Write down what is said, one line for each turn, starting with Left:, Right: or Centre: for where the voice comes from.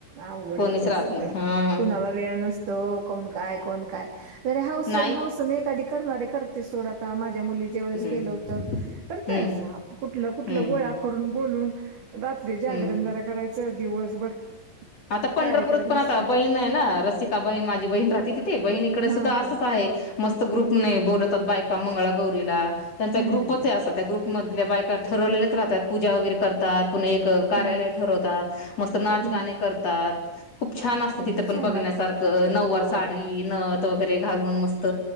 Right: अवघड
Left: कोणीच
Right: होतय
Left: राहत
Right: सगळं.
Left: नाही हा
Right: कुणाला वेळ नसत- तो कोण? काय? कोण काय? बर हौस
Left: नाही
Right: हौसेन एखादी करणारी करते. सोड आता माझ्या मुली- वेळेस
Left: हम्म
Right: केल होत. करतय
Left: हम्म
Right: अस कुठलं कुठल
Left: हम्म
Right: गोळा करून बोलून- रात्री जागरण
Left: हम्म
Right: जरा करायचं. दिवसभर-
Left: आता पंढरपूरात
Right: कार्यक्रम
Left: पण
Right: असतोय
Left: आता बहीण आहे ना? रसिका बहीण माझी बहीण राहते. तिथे बहीणीकडे
Right: हा
Left: सुद्धा
Right: हा
Left: असंच आहे. मस्त ग्रुपने बोलवतात बायका मंगळागौरीला. त्यांचा
Right: हम्म
Left: ग्रुपच आहे असा. त्या ग्रुपमधल्या बायका ठरवलेल्याच राहतात. पूजा वगैरे करतात. पुन्हा एक- कार्यालय
Right: हा हा
Left: ठरवतात. मस्त नाच
Right: हम्म
Left: गाणे कर- -तात. खूप छान असत
Right: किती
Left: तिथ पण
Right: छान
Left: बघण्यासारख
Right: वाटतय
Left: नउवार
Right: होय
Left: साडी, नथ - वगैरे घालून मस्त